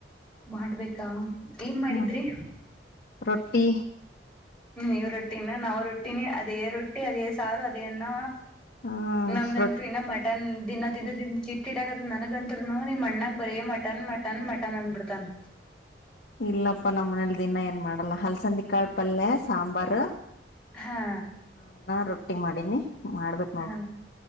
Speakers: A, in the centre; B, on the left.
A: ಮಾಡ್ಬೇಕಾ ಏನ್ ಮಾಡಿದ್ರಿ
B: ಹ ರೊಟ್ಟಿ
A: ನೀವ್ ರೊಟ್ಟಿನ ನಾವ್ ರೊಟ್ಟಿನಿ ಅದೇ ರೊಟ್ಟಿ ಅದೇ ಸಾರು ಅದೇನ
B: ಹ
A: ನಮ್ದಂತ್ರು
B: ರೊಟ್ಟಿ
A: ಇನ್ನ ಮ ಮಟನ್ ದಿನ ತಿಂದ ತ ಚಿಟ್ಕಿಡಾಕದ ನನ್ಗತ್ರುನು ನಿಮ್ ಅಣ್ಣಾಗ ಬರೀ ಮಟನ್ ಮಟನ್ ಮಟನ್ ಅಂದಬಿಡ್ತನ್
B: ಇಲ್ಲಪ್ಪ ನಮ್ಮ್ ಮನೇಲಿ ದಿನ ಏನ್ ಮಾಡಲ್ಲ ಹಲಸಂದಿ ಕಾಳ ಪಲ್ಯೆ ಸಾಂಬಾರ
A: ಹಾ
B: ಅನ್ನ ರೊಟ್ಟಿ ಮಾಡಿನಿ ಮಾಡ್ಬೇಕ
A: ಹಾ